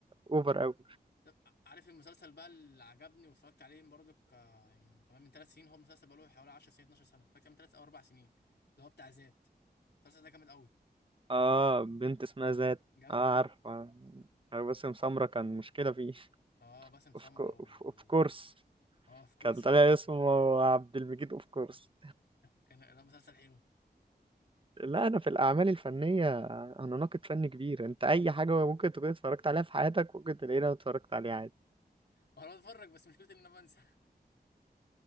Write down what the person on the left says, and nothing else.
طب عارف المسلسل بقى اللي عجبني واتفرجت عليه برضه ك- يعني تمام من ثلاث سنين هو المسلسل بقى له حوالي 10 سنين 12 سنه فاكر من ثلاث او اربع سنين اللي هو بتاع ذات المسلسل ده جامد قوي
جامد
قوي
اه باسم سمرة
و
اه اوف كورس
<laughs>
كان ده مسلسل حلو
وانا بتفرج بس مشكلتي ان انا بنسى <laughs>